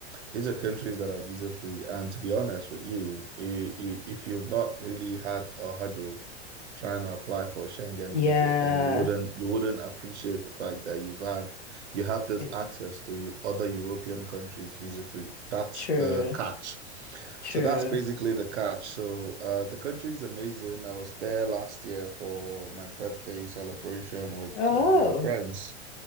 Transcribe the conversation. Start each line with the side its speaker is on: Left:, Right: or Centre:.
Right: These are countries that are visa free. And to be honest with you, i- i- if you've not really had a hurdle trying to apply for a Schengen
Left: yeah.
Right: visa, then you wouldn't you wouldn't appreciate the fact that you've had you have this
Left: It-
Right: access to you, other European countries visa free. That's
Left: true,
Right: the catch.
Left: true.
Right: So that's basically the catch. So uh, the country is amazing. I was there last year for my birthday celebration with
Left: Oh,
Right: uh, my friends